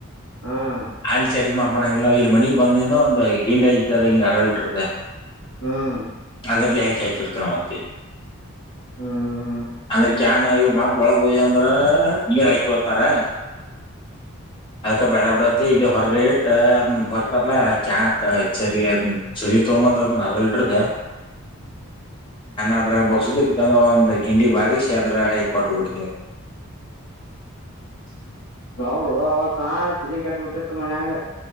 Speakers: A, on the left; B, on the left.
A: ಹ್ಮ್
B: ಅಲ್ ಚರಿಗ
A: ಹ್ಮ್
B: ಮಾಪಣಂಗಲ್ಲ ಇಲ್ ಮನಿ ಬಂದಿಂದ ಒಂದು ಗಿಂಡಿ ಹತದಾಗ ಹಿಂಗಗೆ ಅರಲ್ಟ್ಟಿರ್ತ
A: ಹ್ಮ್
B: ಅದ್ರಲ್ಲಿ ಹಾಕೆ ಹಾಕಿರ್ತ ನಾವ್ತ್ತೆ
A: ಹ್ಮ್
B: ಅಂದ್ರೆ ಕಾನ ಇವ್ರ ಮಾ ಒಳ ಉಯ್ಯು ಅಂದ್ರ ನೀರ್ ಹಾಕಿ ಹೋತಾರ ಅದ್ಕ ಬೇಡ ಬಿಡತಿ ಇಲ್ಲಿ ಹೊರಗ ಇಟ್ಟ ಬರ್ ಚಾಕಾ ಚರಿ ಚರಿ ತಗೊಂದದ ಅರ್ದ ಲಿಟರ್ದ ಅದ್ರಾಗ ಬೋಸದ ಇಕಂದ್ರೆ ಒಂದ ಗಿಂಡಿ ಬಾಗೇಶಿ ಅದ್ರ ಹೈಕ್ ಕೊಟ್ಟಬಡ್ತೇವಿ
A: ಅವರು ಅವತ್ತನ ತಲಿ ಕೆಟ್ಬಿಟ್ಟಿತ್ತು ಮನ್ಯಾಗ